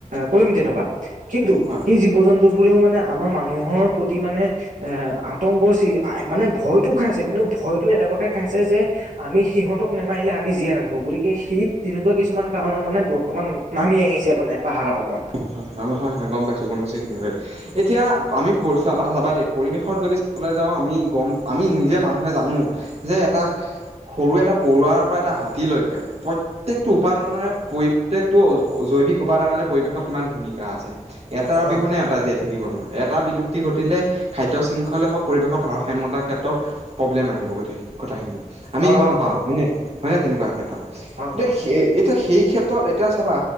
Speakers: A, on the right; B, on the right.
A: কৰিম তেনেকুৱা, কিন্তু
B: হয়
A: সেই জীৱ জন্তুবোৰেও মানে আমাৰ মানুহৰ প্ৰতি মানে এ, আতংকৰ চি মানে ভয়তটো খাই আছে কিন্তু ভয়টো এনেকুৱাকে খাইছে যে আমি সিহঁতক নেমাৰিলে আমি জীয়াই নাথাকো গতিকে সেই তেনেকুৱা কিছুমান কাৰণৰ মানে বৰ্তমান নামি আহিছে মানে পাহাৰৰপৰা।
B: হয় হয়, হয় হয় গ'ম পাইছোঁ গ'ম পাইছোঁ এইখিনি, এতিয়া আমি চ চাবা দেই পৰিৱেশত যদিলৈ যাওঁ, আমি গ'ম আমি নিজে মানুহে জানো যে এটা সৰু এটা পৰুৱাৰপৰা এটা হাতী লৈ প্ৰত্যেকটো উপাদানৰে পৰি প্ৰত্যেকটো জৈৱিক উপাদানৰে পৰিৱেশত কিমান ভূমিকা আছে, এটাৰ
A: হয়
B: অবিহনে টাই জীয়াই থাকিব নোৱাৰে। এটা বিলুপ্তি ঘটিলে খাদ্য শৃংখলে হওক, পৰিৱেশৰ ভাৰসাম্যতাৰ ক্ষেত্ৰত প্ৰব্লেম আহিব কথাখিনি, আমি
A: হয়
B: গম
A: হয়
B: পাওঁ
A: হয়
B: হয়নে হয়নে তেনেকুৱা ক্ষেত্ৰত,
A: হয়
B: কিন্তু
A: হয় হয় হয়
B: সেই এতিয়া সেই ক্ষেত্ৰত এতিয়া চাবা